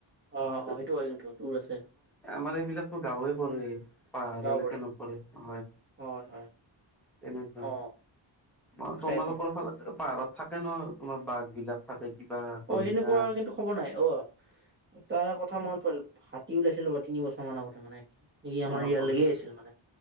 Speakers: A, on the right; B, in the centre.
A: অ অ সেইটো হয় কিন্তু দূৰ আছে
B: মানে এইবিলাকো গাঁৱে পৰে পাহাৰ
A: গাঁও
B: এলেকা
A: পৰে
B: নপৰে হয়
A: হয় হয়
B: তেনেকুৱা
A: অ
B: ম
A: তাকেইতো
B: তোমালোকৰ ফালে পাহাৰত থাকে ন তোমাৰ বাঘ বিলাক থাকে কিবা হৰিণা
A: অ সেনেকুৱা কিন্তু খবৰ নাই অ তাৰ ক কথা মনত পৰিল হাতী ওলাইছিল ৰবা তিনি বছৰমান আগতে মানে ই আমাৰ
B: অ
A: ইয়াৰ
B: অ
A: লাগি আছিল মানে